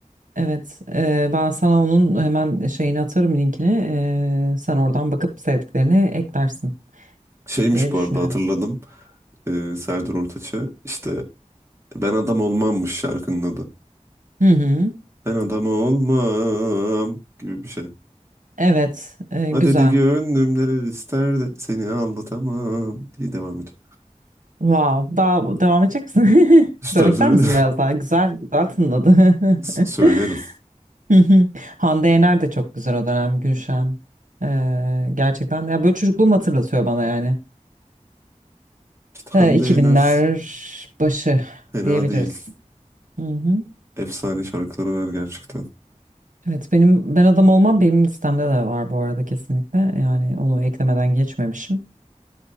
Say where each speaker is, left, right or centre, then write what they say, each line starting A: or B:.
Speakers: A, on the right; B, on the right.
A: Evet, e, ben sana onun hemen şeyini atarım linkini. E, sen oradan bakıp sevdiklerini eklersin
B: Şeymiş
A: diye düşünüyorum.
B: bu arada hatırladım. Eee Serdar Ortaç'ı. İşte ben adam olmammış şarkının adı.
A: Hı hı.
B: Ben adam olmam gibi bir şey.
A: Evet, e,
B: Adeli
A: güzel.
B: gönlüm neler ister de seni anlatamam diye devam ediyor.
A: Wow. Daha devam edecek misin? <laughs>
B: İster
A: Söylemek ister
B: söyle.
A: misin biraz daha? Güzel, güzel tınladı.
B: <laughs> S- Söylerim.
A: <laughs> Hı hı. Hande Yener de çok güzel o dönem Gülşen. Ee, gerçekten ya böyle çocukluğumu hatırlatıyor bana yani.
B: Hande
A: Ee, 2000'ler
B: Yener
A: başı
B: fena
A: diyebiliriz.
B: değil.
A: Hı hı.
B: Efsane şarkıları var gerçekten.
A: Evet benim ben adam olmam benim listemde de var bu arada kesinlikle. Yani onu eklemeden geçmemişim.